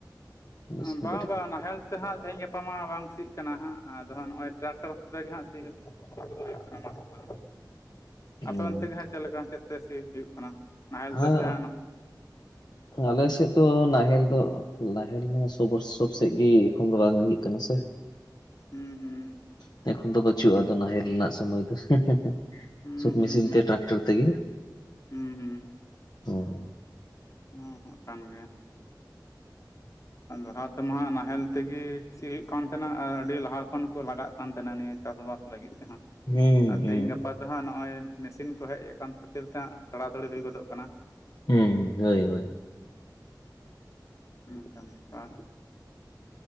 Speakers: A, on the left; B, on the left.
A: ᱢᱮᱥᱤᱱ
B: ᱟᱸ ᱵᱟᱝ
A: ᱜᱟᱹᱰᱤ
B: ᱵᱟᱝ
A: ᱛᱮ
B: ᱱᱟᱦᱮᱞ ᱛᱮ ᱦᱟᱸᱜ ᱛᱮᱦᱮᱧ ᱜᱟᱯᱟ ᱢᱟ ᱵᱟᱝ ᱥᱤᱜ ᱠᱟᱱᱟ ᱦᱟᱸᱜ ᱟᱫᱚ ᱦᱟᱸᱜ ᱱᱚᱜᱼᱚᱭ ᱴᱟᱨᱟᱠᱴᱟᱨ ᱠᱚᱛᱮ ᱜᱮ ᱦᱟᱸᱜ ᱥᱤ ᱥᱤ ᱠᱚᱫᱚ ᱦᱩᱭᱩᱜ ᱱᱚᱛᱮ ᱫᱚ,
A: ᱦᱩᱸ
B: ᱟᱯᱮ ᱚᱱᱛᱮ ᱜᱮ ᱦᱟᱸᱜ ᱪᱮᱫ ᱞᱮᱠᱟ ᱪᱮᱫ ᱛᱮ ᱥᱤ ᱦᱩᱭᱩᱜ ᱠᱟᱱᱟ? ᱱᱟᱦᱮᱞ
A: ᱦᱟᱸ
B: ᱛᱮᱥᱮ ᱦᱟᱸᱜ
A: ᱟᱞ ᱟᱞᱮᱥᱮᱫ ᱫᱚ ᱱᱟᱦᱮᱞ ᱫᱚ ᱱᱟᱦᱮᱞ ᱢᱟ ᱥᱚᱵᱚᱥ- ᱠᱚᱞᱳᱵ ᱥᱮᱜ ᱜᱮ ᱮᱠᱷᱚᱱ ᱫᱚ ᱵᱟᱝ ᱦᱩᱭᱩᱜ ᱠᱟᱱᱟ ᱥᱮ,
B: ᱦᱩᱸ ᱦᱩᱸ
A: ᱱᱚᱛᱮ ᱠᱷᱚᱱ ᱫᱚ ᱵᱟᱹ ᱪᱩᱜᱼᱟ, ᱟᱫᱚ ᱱᱟᱦᱮᱞ ᱨᱮᱱᱟᱜ ᱥᱚᱢᱚᱭ ᱫᱚ, <unintelligible>
B: ᱦᱩᱸ
A: ᱥᱚᱵ ᱢᱮᱥᱤᱱ
B: ᱦᱩᱸ ᱦᱩᱸ
A: ᱛᱮ ᱴᱟᱨᱟᱠᱴᱟᱨ ᱛᱮᱜᱮ
B: ᱦᱩᱸ ᱦᱩᱸ,
A: ᱦᱚᱭ᱾
B: ᱩᱸ ᱦᱩᱸᱜ ᱠᱟᱱ ᱜᱮᱭᱟ᱾ ᱞᱟᱦᱟ ᱛᱮᱢᱟ ᱱᱟᱦᱮᱞ ᱛᱮᱜᱮ ᱥᱤ ᱦᱩᱭᱩᱜ ᱠᱟᱱ ᱛᱟᱦᱮᱱᱟ ᱟᱨ ᱟᱹᱰᱤ ᱞᱟᱦᱟ ᱠᱷᱚᱱ ᱠᱚ ᱞᱟᱜᱟᱜ ᱠᱟᱱ ᱛᱟᱦᱮᱱᱟ ᱱᱤᱭᱟᱹ ᱪᱟᱥ ᱵᱟᱥᱼᱼ ᱞᱟᱹᱜᱤᱫ ᱛᱮᱦᱟᱜ
A: ᱦᱩᱸ
B: ᱟᱨ ᱛᱮᱦᱤᱧ ᱜᱟᱯᱟ ᱫᱚᱦᱟᱸᱜ ᱱᱚᱜᱼᱚᱭ ᱢᱮᱥᱤᱱ ᱠᱚ ᱦᱮᱡ ᱟᱠᱟᱱ ᱠᱷᱟᱹᱛᱤᱨ ᱛᱮᱦᱟᱸᱜ ᱛᱟᱲᱟᱛᱟᱹᱲᱤ ᱦᱩᱭ ᱫᱚᱜᱚᱜ ᱠᱟᱱᱟ᱾
A: ᱦᱩᱸ ᱦᱳᱭ ᱦᱳᱭ
B: ᱚᱱᱠᱟᱱ ᱵᱮᱯᱟᱼᱼ